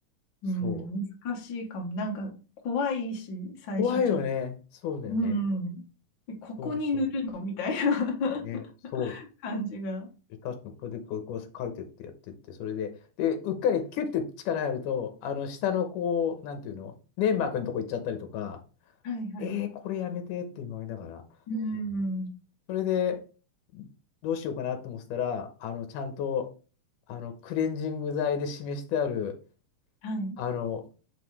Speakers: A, on the left; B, on the left.
A: うん、
B: そう。
A: 難しいかも。なんか怖いし、最初ちょっ
B: 怖いよね。そうだよね。
A: うん。で、ここに塗るのみたいな
B: そうそう。ね、
A: <laughs>
B: そう。
A: 感じが。
B: で確かにこうやってこう、こう書いてってやってって、それで、で、うっかりキュッて力入ると、あの、下のこう、なんていうの、粘膜のとこ行っちゃったりとか、
A: はいはい。
B: えー、これやめてって思いながら、
A: うん。
B: うんそれで、どうしようかなと思ってたら、あの、ちゃんと、あの、クレンジング剤で示してある、
A: はい。
B: あの、